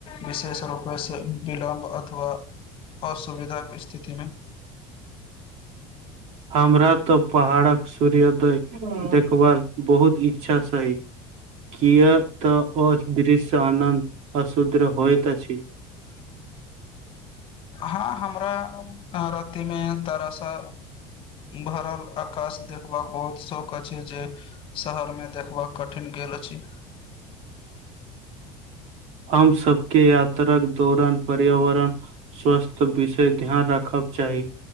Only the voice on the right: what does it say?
हमरा तऽ पहाड़क सूर्योदय देखबाक बहुत इच्छा छय किया तऽ अदृश्य आनन्द अशूद्र होइत अछि
हम सबके यात्राक दौरान पर्यावरण स्वस्थ विशेष ध्यान राखब चाही